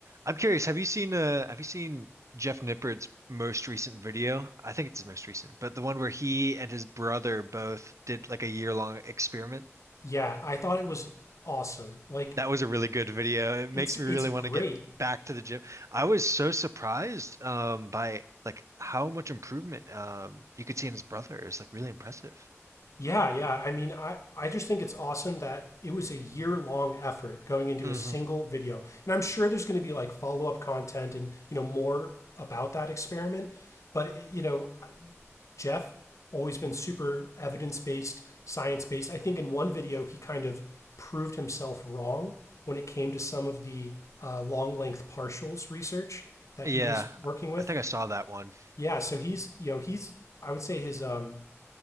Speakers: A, on the right; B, on the left.
A: I'm curious, have you seen uh have you seen Jeff Nippard's most recent video? I think it's his most recent, but the one where he and his brother both did like a year-long experiment.
B: Yeah, I thought it was awesome. Like
A: That was a really good video. It makes
B: it's
A: me really
B: it's great.
A: want to get back to the gym. I was so surprised um by like how much improvement um you could see in his brother. It was like really impressive.
B: Yeah, yeah. I mean, I I just think it's awesome that it was a year-long effort going into
A: hmm
B: a single video. And I'm sure there's going to be like follow-up content and, you know, more about that experiment, but you know, Jeff always been super evidence-based, science-based. I think in one video he kind of proved himself wrong when it came to some of the uh, long length partials research that
A: Yeah.
B: he was working with.
A: I think I saw that one.
B: Yeah, so he's, you know, he's, I would say his um,